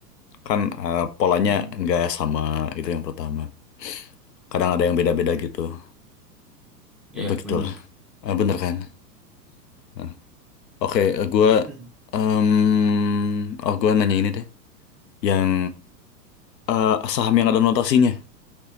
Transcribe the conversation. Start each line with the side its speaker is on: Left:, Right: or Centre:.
Left: Kan eh, polanya
Centre: Mm-mm.
Left: nggak sama itu yang pertama. Kadang ada yang beda-beda
Centre: Iya,
Left: gitu.
Centre: Iya,
Left: Ya begitulah.
Centre: bener.
Left: Eh, bener kan? Nah, Oke, eh, gua
Centre: Ya gitu sih.
Left: em, oh gua nanya ini deh. Yang eh, saham yang ada notasinya,